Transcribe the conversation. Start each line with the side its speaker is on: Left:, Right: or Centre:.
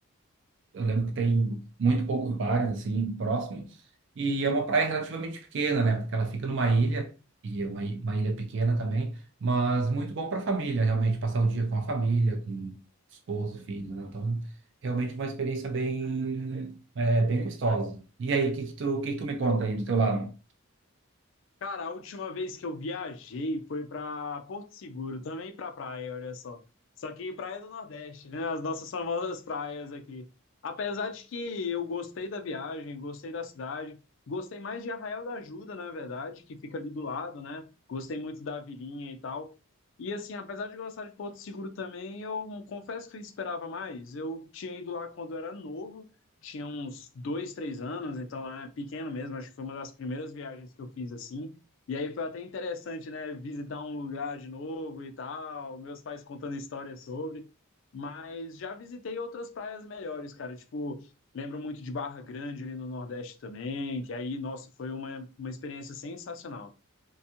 Right: eu lembro que tem muito poucos bares assim próximos e é uma praia relativamente pequena, né? Porque ela fica numa ilha e é uma, i- uma ilha pequena também, mas muito bom para família, realmente passar o dia com a família, com esposo, filho, né? Então, realmente uma experiência bem é, bem gostosa. E aí, o que que tu, o que que tu me conta aí do teu lado?
Left: Cara, a última vez que eu viajei foi pra Porto Seguro, também pra praia, olha só. Só que praia do Nordeste, né? As nossas famosas praias aqui. Apesar de que eu gostei da viagem, gostei da cidade, gostei mais de Arraial da Ajuda, na verdade, que fica ali do lado, né? Gostei muito da vilinha e tal. E assim, apesar de gostar de Porto Seguro também, eu confesso que eu esperava mais. Eu tinha ido lá quando era novo, tinha uns dois, três anos, então é pequeno mesmo. Acho que foi uma das primeiras viagens que eu fiz assim. E aí foi até interessante, né, visitar um lugar de novo e tal, meus pais contando histórias sobre, mas já visitei outras praias melhores, cara, tipo, lembro muito de Barra Grande ali no Nordeste também, que aí, nossa, foi uma, uma experiência sensacional.